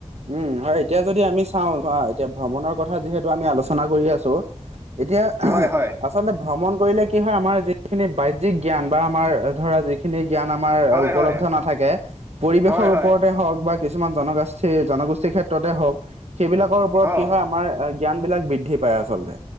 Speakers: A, on the right; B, on the right.
A: উম, হয় এতিয়া যদি আমি চাওঁ চ এতিয়া ভ্ৰমণৰ কথা যিহেতু আমি আলোচনা কৰি আছো এতিয়া
B: হয় হয়
A: আচলতে ভ্ৰমণ কৰিলে কি হয় আমাৰ যিখিনি বাহ্যিক জ্ঞান বা আমাৰ ধৰা যি যিখিনি জ্ঞান আমাৰ
B: হয়
A: উপলব্ধ
B: হয়
A: নাথাকে, পৰিৱেশৰ
B: হয় হয়
A: ওপৰতে হওক বা কিছুমান জনগোষ্ঠী -ষ্ঠীৰ জনগোষ্ঠীৰ ক্ষেত্ৰতে হওঁক সেইবিলাকৰ ওপৰত
B: অ
A: কি হয়, আমাৰ জ্ঞানবিলাক বৃদ্ধি পায় আচলতে।